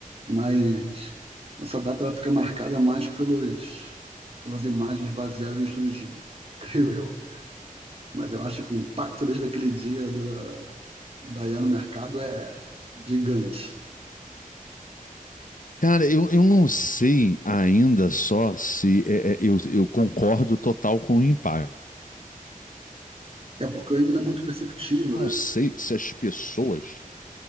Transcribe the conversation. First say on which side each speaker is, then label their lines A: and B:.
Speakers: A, on the right (about 40°); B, on the left (about 65°).
A: Mas essa data vai ficar marcada mais pelos, pelas imagens baseadas no Estúdio Ghibli, <laughs> creio eu. Mas eu acho que o impacto desde aquele dia da, da, da IA no mercado é gigante.
B: Cara, eu, eu não sei ainda só se é, é, eu, eu concordo total com o impacto.
A: É porque ainda não é muito perceptivo,
B: Eu
A: né?
B: Não sei se as pessoas.